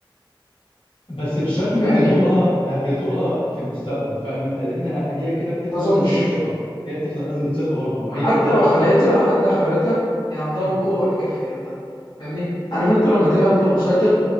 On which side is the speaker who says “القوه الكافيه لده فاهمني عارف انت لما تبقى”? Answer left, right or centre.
Left